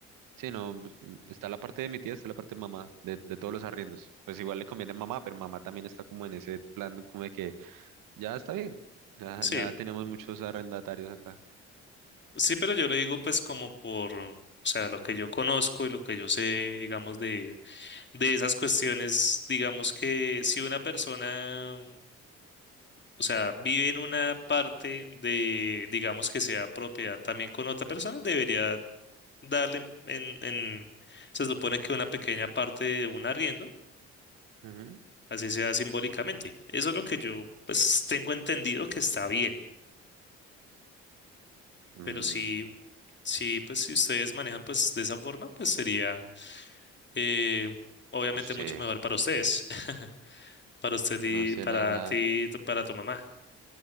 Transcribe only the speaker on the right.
Sí, no, pues, mm, está la parte de mi tía, está la parte de mamá, de, de todos los arriendos. Pues igual le conviene a mamá, pero mamá también está como en ese plan, como de que ya está bien, ya,
ya tenemos muchos arrendatarios acá.
Ujú.
Mm,
no sé,
no sé,
la verdad,